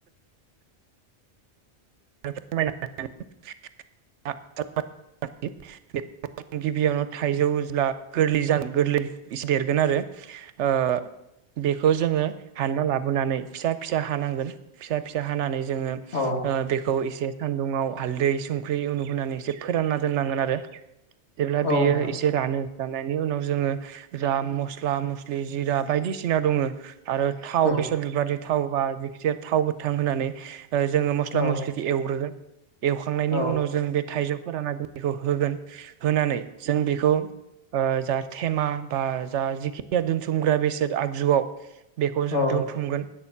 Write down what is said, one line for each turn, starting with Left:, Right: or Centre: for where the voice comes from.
Right: <unintelligible> <inaudible> गिबियावनो थाइजौब्ला गोरलै जा गोरलै इसे देरगोन आरो ओ बेखौ जोङो हानना लाबोनानै फिसा फिसा हानांगोन फिसा फिसा हानानै जों ओ
Left: उम औ
Right: बेख खौ इसे सानदुंयाव हालदै संख्रि उनुहोनानै एसे फोरानना दोननांगोन आरो जेब्ला
Left: औ
Right: बेयो
Left: नोंथां
Right: एसे रानो जानायनि उनाव जोङो जा मस्ला मस्लि जिरा बायदिसिना दङो आरो थाव
Left: औ
Right: बेसर बेबादि थाव बा जेखिजा थाव गोथां होनानै ओ जोङो मस्ला
Left: औ
Right: मस्लि एवग्रोगोन एवखांनायनि
Left: औ
Right: उनाव जों बे थाइजौ फोरानना दोननायखौ होगोन होनानै जों बेखौ ओ जा थेमा बा जा जिखि <unintelligible> या दोनथुमग्रा बेसाद आगजुआव बेखौ जों
Left: औ
Right: दोनथुमगोन